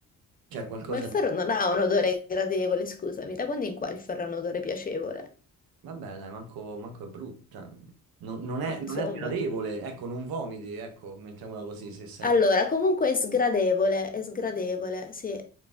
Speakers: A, on the right; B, on the left.
A: cioè qualcosa
B: Ma il ferro
A: di...
B: non ha un odore gradevole, scusami, da quando in qua il ferro ha un odore piacevole?
A: Vabbè, dai, manco, manco è brutta. Non, non è,
B: Ma
A: non
B: insomma,
A: è sgradevole, ecco, non vomiti, ecco, mettiamola così, se senti...
B: allora, comunque è sgradevole, è sgradevole, sì,